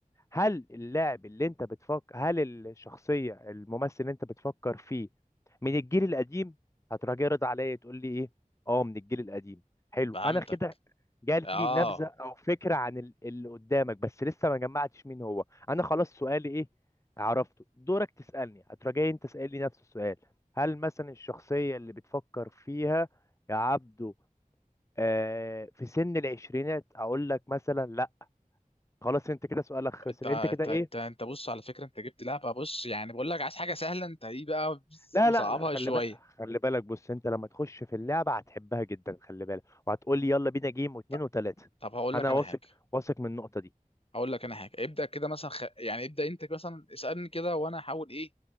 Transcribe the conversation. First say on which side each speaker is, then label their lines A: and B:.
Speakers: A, on the left (about 20°); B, on the left (about 40°).
A: هل اللاعب اللي انت بتفكر هل الشخصية الممثل اللي انت بتفكر فيه من الجيل القديم هتروح جاي رد عليا تقول لي ايه اه من الجيل القديم حلو
B: فهمتك
A: انا كده جات
B: اه
A: لي نبذة او فكرة عن ال- اللي قدامك بس لسه ما جمعتش مين هو انا خلاص سؤالي ايه عرفته دورك تسألني هتروح جاي انت تسألني نفس السؤال هل مثلا الشخصية اللي بتفكر فيها يا عبدو آه في سن العشرينات اقول لك مثلا لا خلاص انت كده سؤالك خسر
B: انت انت
A: انت كده ايه
B: انت انت بص على فكرة انت جبت لعبة بص يعني بقول لك عايز حاجة سهلة انت ايه بقى
A: لا
B: مصعبها
A: لا لا خلي
B: شوية
A: بالك خلي بالك بص انت لما تخش في اللعبه هتحبها جدا خلي بالك وهتقول لي يلا بينا جيم واتنين
B: طب
A: وتلاته
B: طب هقول
A: انا
B: لك
A: اه
B: انا
A: واثق
B: حاجة
A: واثق من النقطه دي
B: اقول لك انا حاجه ابدا كده مثلا خ... يعني ابدا انت مثلا اسالني كده وانا احاول ايه